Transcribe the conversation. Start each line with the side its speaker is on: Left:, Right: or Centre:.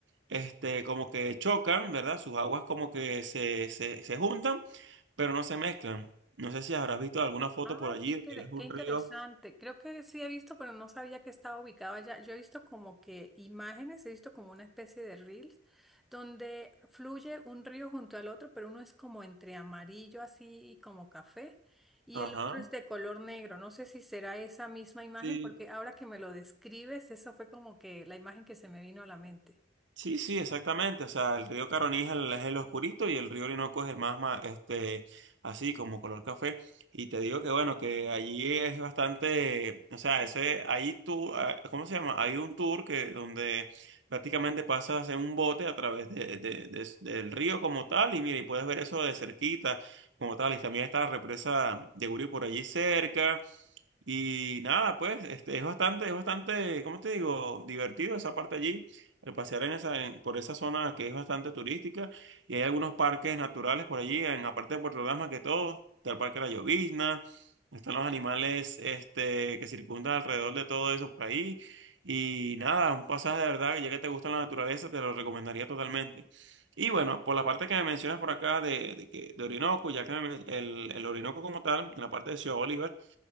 Right: este, como que chocan, ¿verdad? Sus aguas como que se, se, se juntan, pero no se mezclan. No sé si habrás visto alguna foto
Centre: Ay,
Right: por allí,
Centre: qué, intere-
Right: es un
Centre: qué interesante.
Right: río.
Centre: Creo que sí he visto, pero no sabía que estaba ubicado allá. Yo he visto como que imágenes, he visto como una especie de reels donde fluye un río junto al otro, pero uno es como entre amarillo así y como café y
Right: Ajá.
Centre: el otro es de color negro. No sé si será esa misma imagen,
Right: Sí,
Centre: porque ahora que me lo describes, eso fue como que la imagen que se me vino a la mente.
Right: Sí, sí, exactamente. O sea, el río Caroní es el, es el oscurito y el río Orinoco es el más, ma- este, así como color café. Y te digo que bueno, que allí es bastante, o sea, ese, ahí tú, ah, ¿cómo se llama? Hay un tour que donde prácticamente pasas en un bote a través de, de- de- del río como tal y mira, y puedes ver eso de cerquita como tal. Y también está la represa de Guri por allí cerca. Y nada, pues, este, es bastante, es bastante, ¿cómo te digo? Divertido esa parte allí, el pasear en esa, en- por esa zona que es bastante turística y hay algunos parques naturales por allí, en la parte de Puerto Ordaz más que todo, está el Parque La Llovizna, están los animales, este, que circundan alrededor de todo eso por ahí y nada, un pasaje de verdad, ya que te gusta la naturaleza, te lo recomendaría totalmente. Y bueno, por la parte que me mencionas por acá de, de, que- de Orinoco, ya que me men- el, el Orinoco como tal, en la parte de Ciudad Bolívar,